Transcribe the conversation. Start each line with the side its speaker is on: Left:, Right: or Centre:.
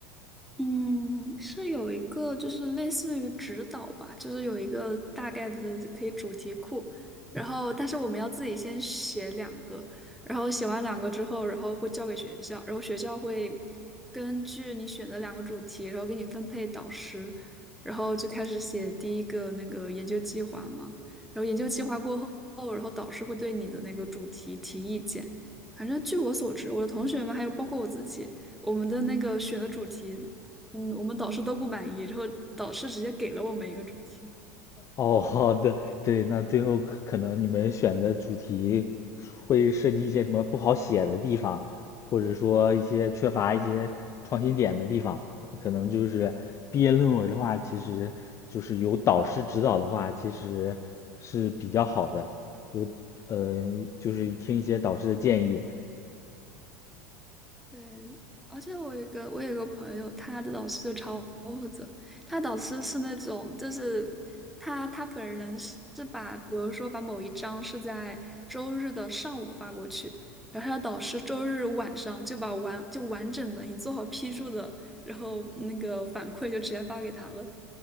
Centre: 嗯，是有一个就是类似于指导吧，就是有一个大概的可以主题库，然后但是我们要自己先写两个，然后写完两个之后，然后会交给学校，然后学校会根据你选的两个主题，然后给你分配导师，然后就开始写第一个那个研究计划嘛，然后研究计划过后，然后导师会对你的那个主题提意见，反正据我所知，我的同学们还有包括我自己。我们的那个选的主题嗯，我们导师都不满意，然后导师直接给了我们一个主题。
Left: 哦，好的，对，那最后可可能你们选的主题会涉及一些什么不好写的地方，或者说一些缺乏一些创新点的地方，可能就是毕业论文的话，其实就是有导师指导的话，其实是比较好的，有呃，就是听一些导师的建议，
Centre: 对，而且我有一个我有一个朋友，他的导师就超负责。他导师是那种，就是他他本人是是把，比如说把某一章是在周日的上午发过去，然后他的导师周日晚上就把完就完整的你做好批注的，然后那个反馈就直接发给他了，